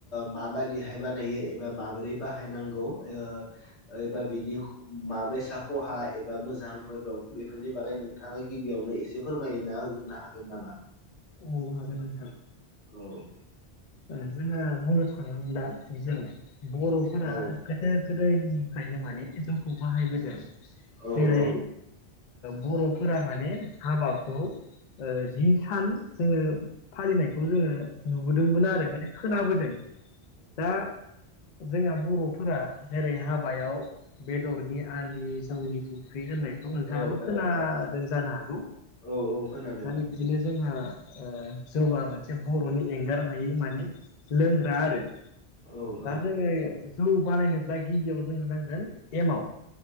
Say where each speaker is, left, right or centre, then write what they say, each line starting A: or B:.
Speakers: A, on the left; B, on the left.
A: माबायदिहाय बानायो एबा माबोरै बाहायनांगौ ओ एबा बेनि माबायसा खहा एबा मोजांफोर दं बेफोरनि बागै नों ओ थाङा गिबियावनो एसे फोरमायना होग्रोनो हागोन नामा?
B: औ हागोन नोंथां।
A: औ।
B: ओ जोंहा बुंनो थाङोब्ला जेन' बर'फोरा
A: औ
B: गोदो-गोदायनिफ्रायनो माने जोंखौ बाहायबोदों
A: औ
B: जेरै
A: औ
B: बर'फोरा माने हाबाखौ जि सान जोङो फालिनायखौ जोङो नुबोदोंमोन आरो। माने खोनाबोदों दा जोंहा बर'फोरा जेरै हाबायाव बेदरनि आलि जौनि फुख्रि होननाय नोंथाङाबो
A: औ औ
B: खोनादों जानो हागौ।
A: औ औ खोनादों
B: बिदिनो जोंहा जौ मोनसे बर'नि एंगार हायि माने। माने लोंग्रा आरो
A: औ औ
B: दा जोङो। जौ बानायनोब्ला गिबियाव जों नांगोन एमाव।